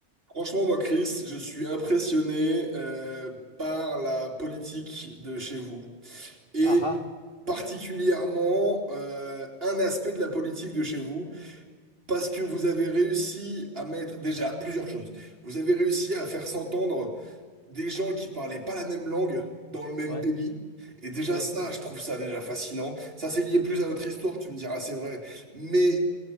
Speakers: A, on the right; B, on the left.
A: Franchement, moi, Chris, je suis impressionné euh, par la politique de chez vous et
B: Ah ah,
A: particulièrement euh, un aspect de la politique de chez vous parce que vous avez réussi à mettre déjà plusieurs choses. Vous avez réussi à faire s'entendre des gens qui parlaient pas la même langue dans le même
B: ouais,
A: pays. Et déjà
B: ouais.
A: ça, je trouve ça déjà fascinant. Ça, c'est lié plus à votre histoire, tu me diras, c'est vrai. Mais